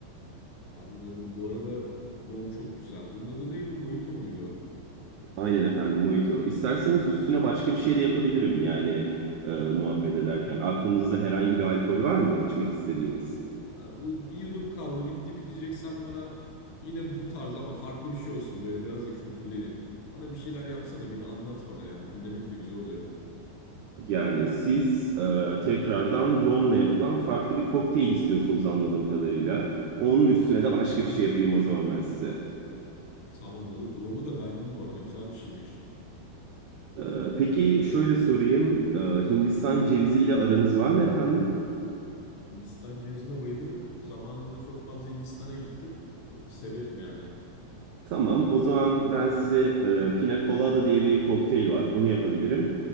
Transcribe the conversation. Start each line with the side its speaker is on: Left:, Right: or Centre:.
Left: Anladım. Bu arada Rom çok güzel. Bunun adı neydi? Mojito muydu?
Right: Aynen efendim Mojito. İsterseniz üstüne başka bir şey de yapabilirim yani e, muhabbet ederken. Aklınızda herhangi bir alkol var mı içmek istediğiniz?
Left: Ee, Bu bir yudum kaldı bitti bitecek sen bana yine bu tarz ama farklı bir şey olsun böyle biraz da kültürleneyim. Bana bir şeyler yapsana bir de anlat bana ya dinlemek de güzel oluyor.
Right: Yani siz e, tekrardan romla yapılan farklı bir kokteyl istiyorsunuz anladığım kadarıyla. Onun üstüne
Left: Vallahi
Right: de başka
Left: olur.
Right: bir şey yapayım o zaman ben size.
Left: Tamam olur. Bu romu da beğendim bu arada güzel bir şeymiş.
Right: E, peki şöyle sorayım. E, Hindistan ceviziyle aranız var mı efendim?
Left: Hindistan cevizine bayılırım. Zamanında çok fazla Hindistan'a gittim. O- Severim yani.
Right: Tamam. O zaman ben size e, Pina Colada diye bir kokteyl var. Onu yapabilirim.